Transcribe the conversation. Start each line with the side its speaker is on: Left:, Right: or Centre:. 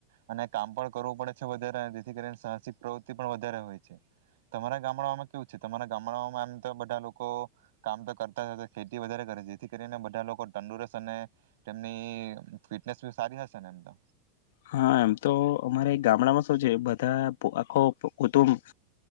Right: અને કામ પણ કરવું પડે છે વધારે જેથી કરીને સાહસિક પ્રવૃતિ પણ વધારે હોય છે તમારા ગામડા કેવું છે તમારા ગામડામાં એમ તો બધા લોકો કામ તો કરતા ખેતી વધારે કરે છે જેથી કરીને બધા લોકો તંદુરસ્ત અને તેમની ફિટનેસ સારી હશે ને એમ તો
Left: હા એમ તો અમારે ગામડામાં શું છે બધા પ આખો કુંટુંબ